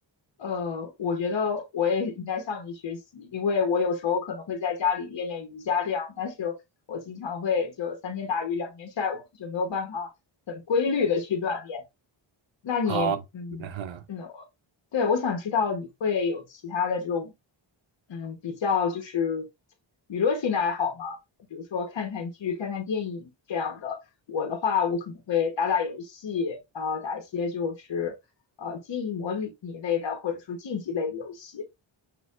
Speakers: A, on the left; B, on the right.
A: 呃，我觉得我也应该向你学习，因为我有时候可能会在家里练练瑜伽这样，但是我经常会就三天打鱼两天晒网，就没有办法很规律的去锻炼。那你，
B: 好，
A: 嗯嗯，
B: 然后
A: 对，我想知道你会有其他的这种，嗯，比较就是娱乐性的爱好吗？比如说看看剧、看看电影这样的。我的话，我可能会打打游戏，呃，打一些就是呃经营模拟类的，或者说竞技类的游戏。